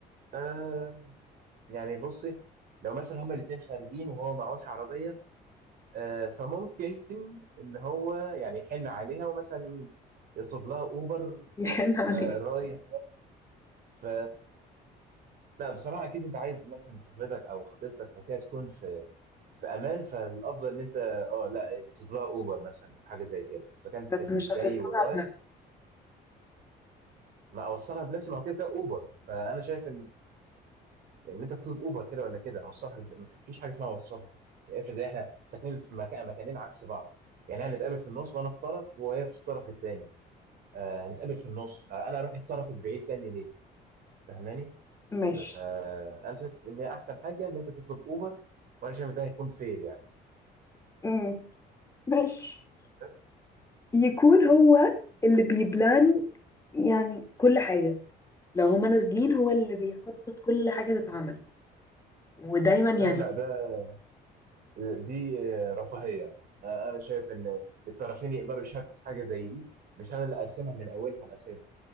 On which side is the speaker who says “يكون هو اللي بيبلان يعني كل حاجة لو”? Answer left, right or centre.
Left